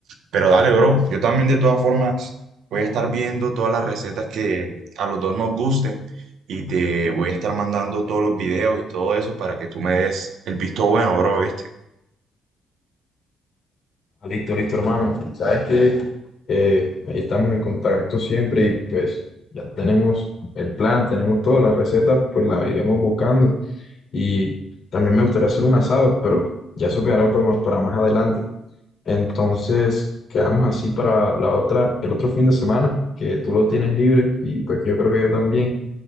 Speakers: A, on the right (about 75°); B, on the left (about 60°).
A: pero dale, bro, yo también de todas formas voy a estar viendo todas las recetas que a los dos nos gusten y te voy a estar mandando todos los videos y todo eso para que tú me des el visto bueno, bro, ¿viste?
B: Ah, listo, listo, hermano. Sabes que eh, ahí estamos en contacto siempre y pues ya tenemos el plan, tenemos todas las recetas, pues las iremos buscando. Y también me gustaría hacer un asado, pero ya eso quedará para para más adelante. Entonces, quedamos así para la otra, el otro fin de semana, que tú lo tienes libre y pues que yo creo que yo también.